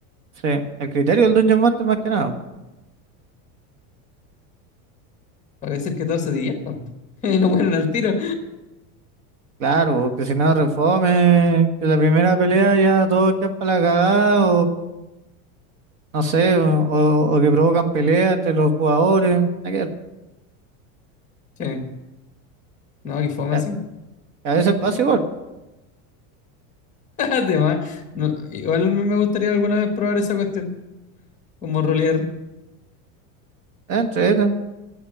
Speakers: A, on the right; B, on the left.
A: Sí, el criterio del Dungeon Master más que nada.
B: para hacer que todos se diviertan <laughs> y no mueran al tiro.
A: Claro, porque si no, refome, que la primera pelea ya todos quedan para la cagada no sé, o, o- o que provocan peleas entre los jugadores, hay que, ver,
B: Sí, no, que fome
A: que
B: así.
A: a que a veces pasa igual,
B: <laughs> Además, no, igual me gustaría alguna vez probar esa cuestión, como rolear.
A: eh, entre ellos.